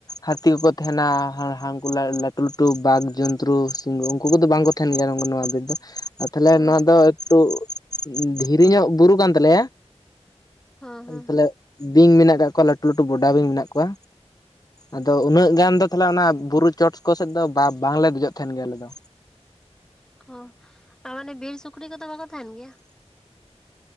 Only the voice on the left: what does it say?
ᱦᱟᱹᱛᱤ ᱠᱚᱠᱚ ᱛᱟᱦᱮᱱᱟ ᱦᱟᱱᱠᱩ ᱞᱟᱹᱴᱩ ᱞᱟᱹᱴᱩ ᱵᱟᱜᱽ ᱡᱚᱱᱛᱨᱩ ᱥᱤᱝᱜᱩ ᱩᱱᱠᱩ ᱠᱚᱫᱚ ᱵᱟᱝ ᱠᱚᱼᱼ ᱛᱟᱦᱮᱱ ᱜᱮᱭᱟ ᱱᱚᱣᱟ ᱵᱤᱨ ᱫᱚ ᱟᱨ ᱛᱟᱦᱚᱞᱮ
ᱱᱚᱣᱟ ᱫᱚ ᱮᱠᱴᱩ ᱫᱷᱤᱨᱤ ᱧᱚᱜ ᱵᱩᱨᱩ ᱠᱟᱱ ᱛᱟᱞᱮᱭᱟ᱾
ᱛᱟᱦᱞᱮ ᱵᱤᱧ ᱢᱮᱱᱟᱜ ᱟᱠᱫ ᱠᱚᱣᱟ ᱞᱟᱹᱴᱩ ᱞᱟᱹᱴᱩ ᱵᱚᱰᱟ ᱵᱤᱧ ᱢᱮᱱᱟᱜ ᱠᱚᱣᱟ᱾ ᱟᱫᱚ ᱩᱱᱟᱹᱜ ᱜᱟᱱ ᱫᱚ ᱛᱟᱦᱮ ᱚᱱᱟ ᱵᱩᱨᱩ ᱪᱚᱴ ᱠᱚ ᱥᱮᱫ ᱫᱚ ᱵᱟᱝᱞᱮ ᱫᱮᱡᱚᱜ ᱛᱟᱦᱮᱱ ᱜᱮᱭᱟ ᱟᱞᱮ ᱫᱚ᱾